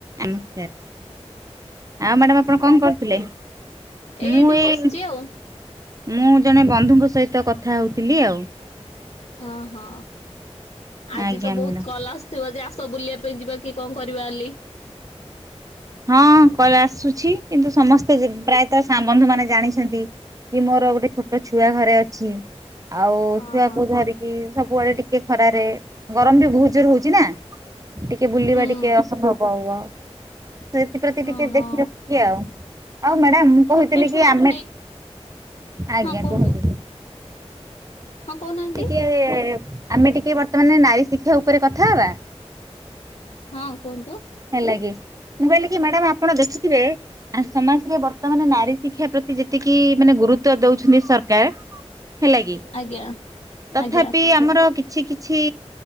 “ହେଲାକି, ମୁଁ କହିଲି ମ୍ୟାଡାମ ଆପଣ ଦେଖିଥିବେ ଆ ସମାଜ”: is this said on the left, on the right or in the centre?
Right